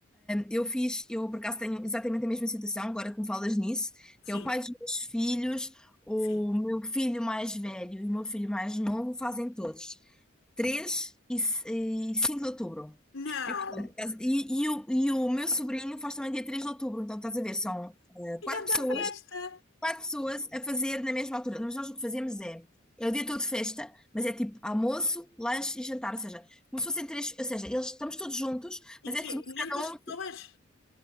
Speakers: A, in the centre; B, on the left.
A: Eu fiz, eu por acaso tenho exatamente a mesma situação, agora que me falas nisso,
B: Sim,
A: que é o pai dos meus filhos, o
B: sim.
A: meu filho mais velho e o meu filho mais novo fazem todos, 3 e c- e 5 de outubro.
B: Não!
A: E, portanto, e- e o, e o meu sobrinho faz também dia 3 de outubro, então estás a ver, são eh,
B: Que
A: quatro
B: grande
A: pessoas,
B: festa!
A: quatro pessoas a fazer na mesma altura. Mas nós o que fazemos é, é o dia todo de festa, mas é tipo almoço, lanche e jantar, ou seja, como se fossem três, ou seja, eles estamos todos juntos, mas
B: E
A: é
B: quê?
A: como
B: 500
A: se cada um
B: pessoas?